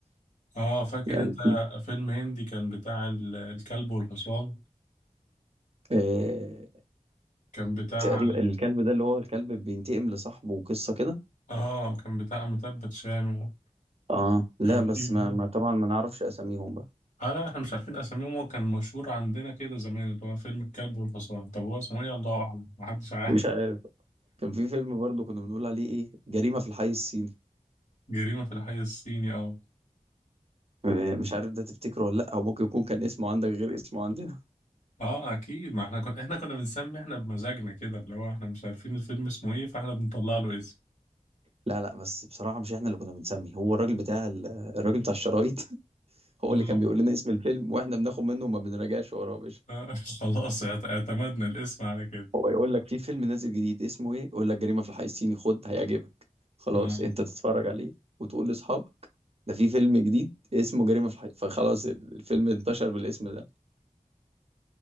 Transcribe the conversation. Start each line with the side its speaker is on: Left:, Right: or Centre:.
Left: اه فاكر
Right: يعني
Left: انت
Right: في-
Left: فيلم هندي كان بتاع ال- الكلب والحصان
Right: آه
Left: كان بتاع
Right: تقريبا الكلب ده اللي هو الكلب بينتقم لصاحبه وقصه كده
Left: اه كان بتاع أميتاب باتشان
Right: اه لا
Left: وكان
Right: بس
Left: في
Right: ما,
Left: برضه-
Right: ما طبعا ما نعرفش اساميهم بقى
Left: اه لا احنا مش عارفين اساميهم هو كان مشهور عندنا كده زمان اللي هو فيلم الكلب والحصان طب هو اسمه ايه الله اعلم محدش عارف
Right: مش عارف كان في فيلم برضه كنا بنقول عليه ايه جريمه في الحي الصيني
Left: <laughs> جريمة في الحي الصيني اه
Right: آه، مش عارف ده تفتكره ولا لا او ممكن يكون كان اسمه عندك غير اسمه عندنا
Left: اه اكيد ما احنا كنا احنا كنا بنسمي احنا بمزاجنا كده اللي هو احنا مش عارفين الفيلم اسمه ايه فاحنا بنطلع له اسم
Right: لا لا بس بصراحه مش احنا اللي كنا بنسمي هو الراجل بتاع ال- الراجل بتاع الشرايط <laughs> هو
Left: اه
Right: اللي كان بيقول لنا اسم الفيلم واحنا بناخد منه وما بنراجعش وراه يا باشا
Left: آه، <laughs> خلاص اعت- اعتمدنا الاسم على كده
Right: هو يقول لك في فيلم نازل جديد اسمه ايه يقول لك جريمة في الحي الصيني خد هيعجبك خلاص
Left: اه
Right: انت تتفرج عليه وتقول لاصحابك ده في فيلم جديد اسمه جريمة في الحي فخلاص ال- الفيلم انتشر بالاسم ده